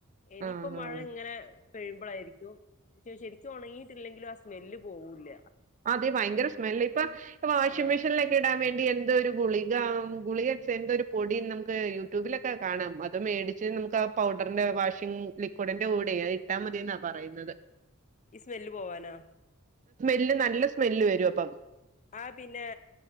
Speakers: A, on the left; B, on the right.
A: ഇനിയിപ്പോ
B: ആഹ്
A: മഴ
B: ആഹ്
A: ഇങ്ങനെ വഴുമ്പഴായിരിക്കും. ശരിക്കും ഉണങ്ങിട്ടില്ലെങ്കിലും ആ സ്മെല്ല് പോവില്ല.
B: അതെ ഭയങ്കര സ്മെല്ല്, ഇപ്പ വാഷിംഗ്
A: ആ
B: മെഷീൻലൊക്കെ ഇടാൻ വേണ്ടി <unintelligible> എന്തോരു ഗുളിക, ഗുളിക വെച്ച് എന്തൊ ഒരു പൊടി നമുക്ക് യൂട്യൂബിലൊക്കെ കാണാം, അത് മേടിച്ച് നമുക്ക് ആ പൗഡറിന്റെ വാഷിംഗ് ലിക്വിഡിന്റെ കൂടെയ് അത് ഇട്ടാ മതിന്നാ പറയുന്നത്.
A: ഈ സ്മെല്ല് പോവാനാ.
B: ഇല്ല നല്ല സ്മെല്ല് വെരുവപ്പം
A: ആഹ് പിന്നെ